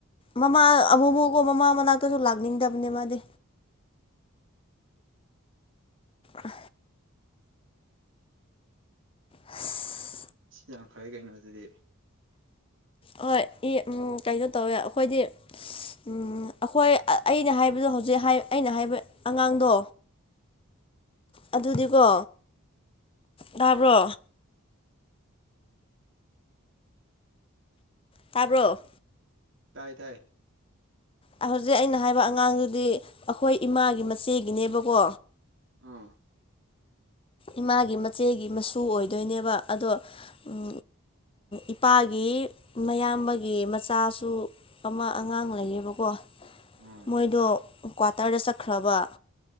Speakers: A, on the left; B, on the right.
A: ꯃꯃꯥ ꯑꯃꯨꯐꯀꯣ ꯃꯃꯥ ꯃꯅꯥꯛꯇꯁꯨ ꯂꯥꯛꯅꯤꯡꯗꯕꯅꯦ ꯃꯥꯗꯤ ꯑ ꯑꯁ
B: ꯌꯥꯝ ꯐꯩ ꯀꯩꯅꯣ ꯑꯗꯨꯗꯤ <inaudible>
A: ꯍꯣꯏ ꯎꯝ ꯀꯩꯅꯣ ꯇꯧꯋꯦ ꯑꯩꯈꯣꯏꯗꯤ ꯑꯩꯈꯣꯏ ꯑꯩꯅ ꯍꯥꯏꯕꯗꯣ ꯍꯧꯖꯤꯛ ꯑꯩꯅ ꯍꯥꯏꯕ ꯑꯉꯥꯡꯗꯣ
B: <inaudible>
A: ꯑꯗꯨꯗꯤꯀꯣ ꯇꯥꯕ꯭ꯔꯣ ꯇꯥꯕ꯭ꯔꯣ
B: ꯇꯥꯏ ꯇꯥꯏ
A: ꯑꯍꯧꯖꯤꯛ ꯑꯩꯅ ꯍꯥꯏꯕ ꯑꯉꯥꯡꯗꯨꯗꯤ ꯑꯩꯈꯣꯏ ꯏꯃꯥꯒꯤ ꯃꯆꯦꯒꯤꯅꯦꯕꯀꯣ
B: ꯑꯥ
A: ꯏꯃꯥꯒꯤ ꯃꯆꯦꯒꯤ ꯃꯁꯨ ꯑꯣꯏꯗꯣꯏꯅꯦꯕ ꯑꯗꯣ ꯎꯝ ꯏꯄꯥꯒꯤ ꯃꯌꯥꯝꯕꯒꯤ ꯃꯆꯥꯁꯨ ꯑꯃ ꯑꯉꯥꯡ ꯂꯩꯌꯦꯕꯀꯣ
B: ꯑꯥ
A: ꯃꯣꯏꯗꯣ ꯀ꯭ꯋꯥꯇꯔꯗ ꯆꯠꯈ꯭ꯔꯕ